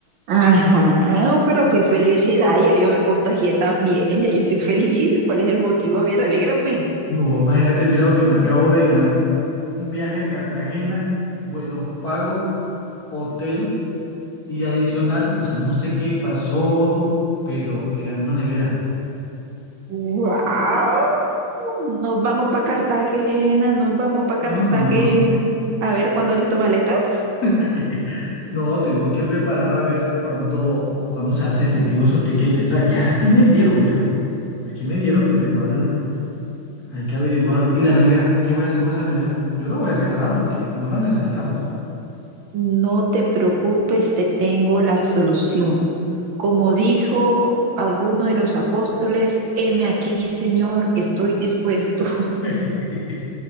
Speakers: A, on the right; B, on the left.
A: Ajá, pero qué felicidad, ya yo me contagié también, ya yo estoy feliz. ¿Cuál es el motivo? A ver, alégrame.
B: No, imagínate, mira lo que me acabo de ganar. Un viaje a Cartagena, vuelos pagos, hotel y adicional, o sea, no sé qué pasó, pero me gané una nevera.
A: ¡Wow! Nos vamos para Cartagena, nos vamos para Cartagena.
B: Ajá.
A: A ver, ¿cuándo listo maletas?
B: <laughs> No, tengo que preparar a ver cuándo, cuándo se hace efectivo esos tiquetes. O sea, ya aquí me dieron, míralo. Aquí me dieron, pero igual hay que averiguarlo. ¿Y la nevera? ¿Qué voy a hacer con esa nevera? Yo la voy a regalar porque no la necesitamos.
A: No te preocupes, te tengo la solución. Como dijo alguno de los apóstoles, heme aquí, Señor, estoy dispuesto.
B: <laughs>